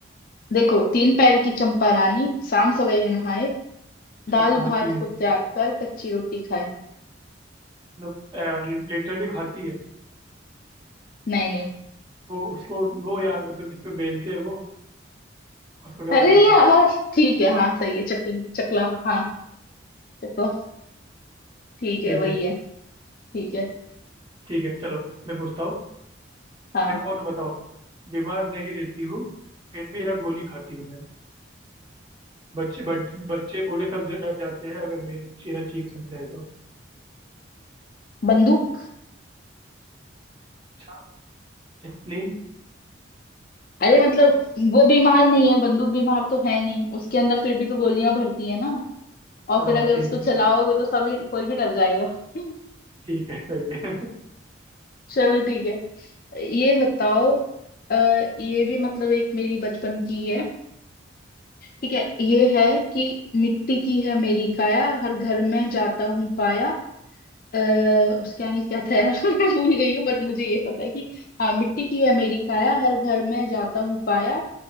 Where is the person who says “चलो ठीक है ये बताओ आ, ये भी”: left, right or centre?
Left